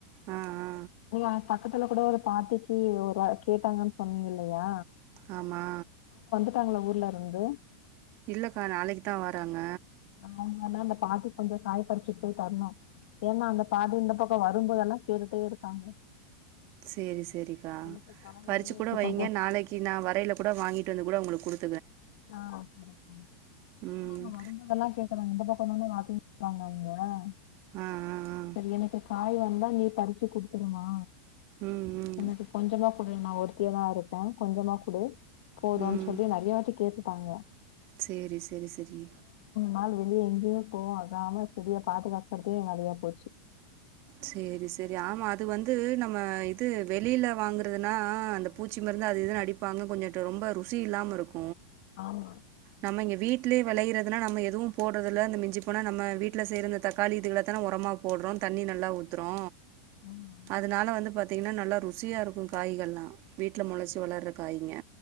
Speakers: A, on the right (about 45°); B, on the left (about 70°).
A: ஆ ஆ
B: ம் <unintelligible> பக்கத்துல கூட ஒரு பாட்டிக்கு ஒரு வ கேட்டாங்கன்னு சொன்னீங் அப்படியா
A: ஆமா
B: ட்டாங்களா ஊர்லயிருந்து
A: இல்லக்கா நாளைக்கு தா வராங்க
B: அவுங்க எல்லா அந்த பாட்டி கொஞ்சோ காய பறிச்சிட்டு போய் தரணு ஏன்னா அந்த பாட்டி இந்த பக்கம் வரும்போதெல்லா கேட்டுட்டே இருக்காங்க
A: சேரி சேரிக்கா
B: எனக்கு கால்
A: பறிச்சு
B: வந்து
A: கூட
B: இப்ப
A: வைங்க
B: கொஞ்சோ
A: நாளைக்கு நா வரையில கூட வாங்கிட்டு வந்து கூட அவுங்களுக்கு குடு
B: ஆ சேரிப்பா
A: ம்
B: அம்மா அங்க வரும்போதெல்லா கேக்குறாங்க இந்த பா சொன்ன மாரி அதே சொன்னாங்க
A: ஆ ஆ ஆ
B: சரி எனக்கு காய் வ இல்ல நீ பறிச்சு குடுத்துருமா
A: ம் ம்
B: எனக்கு கொஞ்சமா குடு நா ஒருத்தியாதா இருப்பே கொஞ்சமா குடு போதுன்னு
A: ம்
B: சொல்லி நெறையா வாட்டி கேட்டுட்டாங்க
A: சேரி சேரி செரி
B: நாளு வெளிய எங்கயு போகாம செடிய பாதுகாக் அடுத்தது நெறையா போச்சு
A: சேரி சேரி ஆமா அது வந்து நம்ம இது வெளில வாங்குறதுனா அந்த பூச்சி மருந்து அது இதுனு அடிப்பாங்க கொஞ்சுட்டு ரொம்ப ருசி இல்லாம இருக்
B: ஆமா
A: நம்ம இங்க வீட்லயே வெளையிறதுனா நம்ம எதுவு போட்றது இல்ல இந்த மிஞ்சி போனா நம்ம வீட்ல செய்ற இந்த தக்காளி இதுகலதா ஒரமா போட்றோ தண்ணி நல்லா ஊத்துறோ
B: ஆமா
A: அதனால வந்து பாத்தீங்கனா நல்லா ரு ருசியா இருக்கூ காய்கள்லா வீட்டில மொளச்சி வளர்ற காய்ங்க